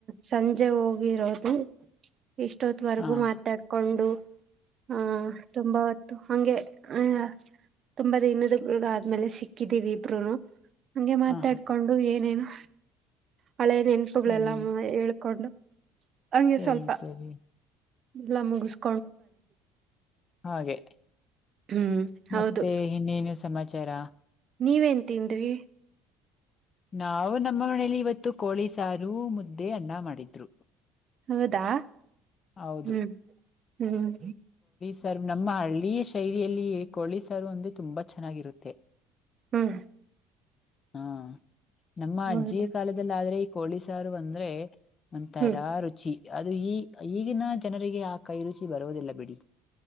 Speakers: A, on the right (about 45°); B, on the left (about 40°).
A: ಸಂಜೆ ಮಜೆ ಹೋಗಿರೋದು ಇಷ್ಟೊತ್ವರೆಗೂ
B: ಹಾ
A: ಮಾತಾಡ್ಕೊಂಡು ಹಾ ತುಂಬಾ ಹಂಗೆ ಆ ತುಂಬಾ ದಿನದ ಆದ್ಮೇಲೆ ಸಿಕ್ಕಿದ್ದೀವಿ ಇಬ್ರನು ನಂಗೆ ಮಾತಾಡ್ಕೊಂಡು
B: ಹಾ ಹಾ
A: ಏನೇನು ಹಳೆಯ ನೆನಪುಗಳೆಲ್ಲ
B: ಸರಿ
A: ಹೇಳ್ಕೊಂಡು ಹಂಗೆ
B: ಸರಿ
A: ಸ್ವಲ್ಪ
B: ಸರಿ
A: ಇಲ್ಲ ಮುಗಸ್
B: ಹಾಗೆ
A: ಹ್ಮ್ ಹೌದು
B: ಮತ್ತೆ ಇನ್ನೇನು ಸಮಾಜ ಚರ
A: ನೀವನ್ ತಿಂದ್ರಿ
B: ನಾವು ನಮ್ಮ ಮನೇಲಿ ಇವತ್ತು ಕೋಳೀಸಾರು ಮುದ್ದೆ ಅನ್ನ ಮಾಡಿದ್ರು
A: ಹೌದಾ
B: ಹೌದು
A: ಹ್ಮ್ ಹ್ಮ್
B: ಸರ್ ನಮ್ಮ ಹಳ್ಳಿಯ ಶೈಲಿಯಲ್ಲಿ ಕೋಳಿ ಸಾರು ಅಂದ್ರೆ ತುಂಬಾ ಚೆನ್ನಾಗಿರುತ್ತೆ
A: ಹ್ಮ್
B: ಹಾ ನಮ್ಮ
A: ಹೌದಾ
B: ಅಜ್ಜಿಯ ಕಾಲದಲ್ಲಿಲ್ಲ ಆದ್ರೆ ಈ ಪೊಲೀಸಾರ ಅಂದ್ರೆ ಒಂತರ
A: ಹ್ಮ್
B: ರುಚಿ ಅದು ಈ ಈಗಿನ ಜನರಿಗೆ ಆ ಕೈ ರುಚಿ ಬರುವುದಿಲ್ಲ ಬಿಡಿ